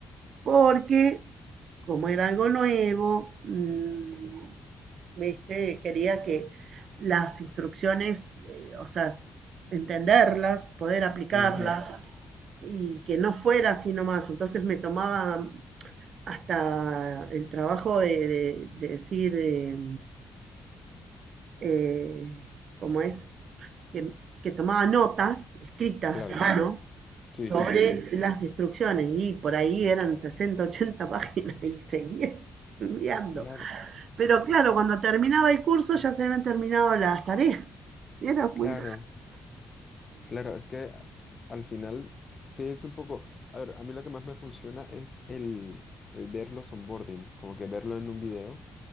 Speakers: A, on the right; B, on the left.
A: porque como era algo nuevo, mm, ¿viste? quería que las instrucciones, eh, o sea, entenderlas, poder aplicarlas
B: Ujú,
A: y que no fuera así nomás. Entonces me tomaba hasta el trabajo de, de- de decir, eh, eh, ¿cómo es? que, que tomaba notas escritas
B: Claro.
A: a mano
B: Sí,
A: sobre
B: sí, sí, sí.
A: las instrucciones y por ahí eran 60, 80 <laughs> páginas y seguía estudiando.
B: Claro,
A: Pero claro, cuando terminaba el curso ya se habían terminado las tareas. <laughs> era muy...
B: claro, claro. Es que a- al final, sí, es un poco... A ver, a mí lo que más me funciona es el, el ver los onboarding, como que verlo en un video.